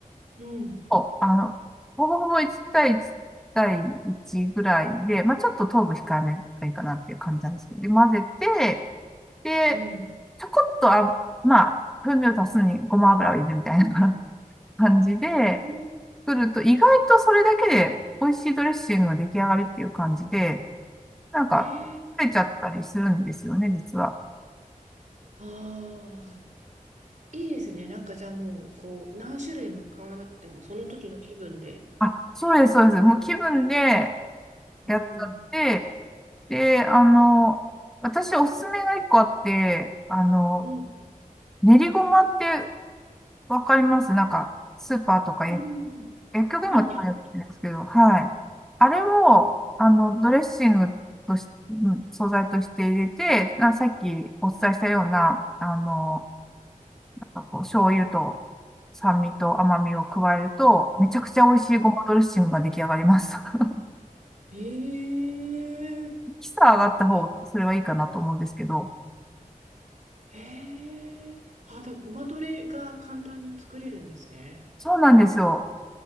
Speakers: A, on the right; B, in the centre.
A: うん。
B: お、あの、ほぼほぼ1対1対1ぐらいで、まあ、ちょっと糖分控えめがいいかなっていう感じなんですけど、で、混ぜて、で、
A: うん。
B: ちょこっとあ、まあ、風味を足すにごま油を入れるみたいな <laughs> 感じで、
A: うん。
B: 作ると、意外とそれだけで美味しいドレッシングが出来上がりっていう感じで、なんか、
A: ええ
B: 食べちゃったりするんですよね、実は。
A: ああ。いいですね。なんかじゃあもう、こう、何種類も買わなくても、その時の気分で。
B: あ、そうです、そうです。もう気分で
A: うん。
B: やっちゃって、で、あの、私おすすめが一個あって、あの、
A: うん。
B: 練りごまってわかりますなんか、スーパーとか薬
A: うん。
B: 薬局にもたまに売ってるんですけど、
A: 瓶に入ってる。
B: はい。
A: うん。
B: あれを、あの、ドレッシングとし、うん素材として入れて、なさっきお伝えしたような、あの、あこう醤油と酸味と甘みを加えると、めちゃくちゃ美味しいごまドレッシングが出来上がります。
A: うん。
B: <laughs>
A: ええ
B: キサ上がった方がそれはいいかなと思うんですけど。
A: あ、へえあ、だからごまドレが簡単に作れるんですね。
B: そうなんですよ。